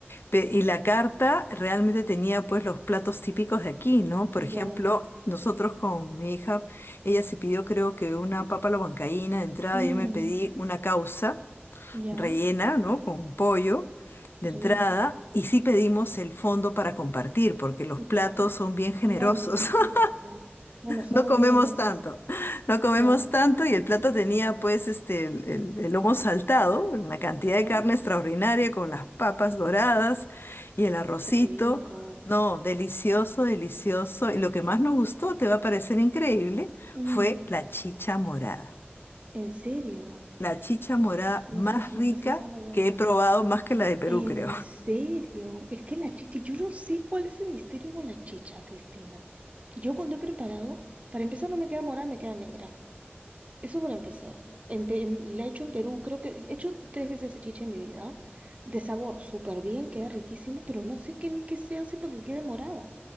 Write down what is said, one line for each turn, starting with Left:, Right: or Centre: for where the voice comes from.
Left: Pe- Y la carta realmente tenía pues los platos típicos de aquí, ¿no? Por
Right: ya,
Left: ejemplo, nosotros con mi hija, ella se pidió creo que una papa a la huancaína de entrada,
Right: mm,
Left: yo me pedí una causa
Right: ya,
Left: rellena, ¿no? Con pollo
Right: qué
Left: de
Right: rico.
Left: entrada, y sí pedimos el fondo para compartir, porque los platos
Right: Ya,
Left: son bien generosos.
Right: son grandes, ¿no? Ya,
Left: <laughs>
Right: ya. Bueno, está
Left: No
Right: muy
Left: comemos
Right: bien eso.
Left: tanto, no comemos
Right: Ya,
Left: tanto y el plato tenía pues este el, el- el lomo saltado, una cantidad
Right: ya.
Left: de carne extraordinaria con las papas doradas y el arrocito.
Right: Qué rico.
Left: No, delicioso, delicioso. Y lo que más nos gustó, te va a parecer increíble,
Right: Mm,
Left: fue la chicha morada.
Right: ¿en serio?
Left: La chicha morada
Right: Se
Left: más
Right: me está, se
Left: rica
Right: me está haciendo agua la boca.
Left: que he probado, más que la de Perú,
Right: ¿En
Left: creo.
Right: serio? Es que la chicha, yo no sé cuál es el misterio con la chicha, Cristina. Yo cuando he preparado, para empezar no me queda morada, me queda negra. Eso para empezar. En Pe- en- la he hecho en Perú, creo que he hecho tres veces esa chicha en mi vida. De sabor, súper bien, queda riquísima, pero no sé qué, qué se hace para que quede morada.